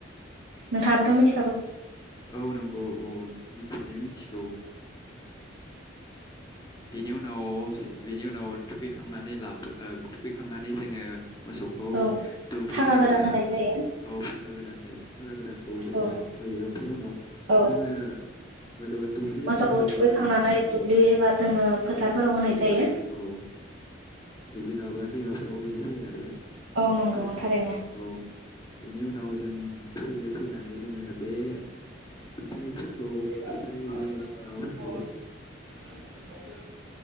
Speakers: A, on the right (about 80°); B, on the left (about 20°).
A: नोंथांबोथ' मिथि
B: औ नंगौ औ मिथिनाया मिथिगौ बिनि उनाव बिनि उनाव थुखैखांनानै लाबो ओ थुखैखांनानै जोङो मोसौखौ
A: औ
B: दुब्लि
A: फागा गोदान
B: एबा
A: होनाय जायो
B: औ फागा गोदानजो गोदानखौ जोङो
A: औ
B: होयो ओमफ्राय उनाव
A: औ
B: जोंओ दुब्लि
A: मोसौखौ
B: हयथ'बा
A: थुखैखांनानै दुब्लि
B: औ
A: एबा जोङो फोथारफोराव
B: ओ
A: होनाय
B: दैमाया
A: जायो
B: औ दुब्लि नङाबा दैमाफोराव दुगैनाय जायो आरो
A: औ नंगौ थारैनो
B: औ बेनि उनाव जों फैयो फैनानै जोङो बे फिथाइफोरखौ
A: <inaudible>
B: फिथाइ बे माबाफोरखौ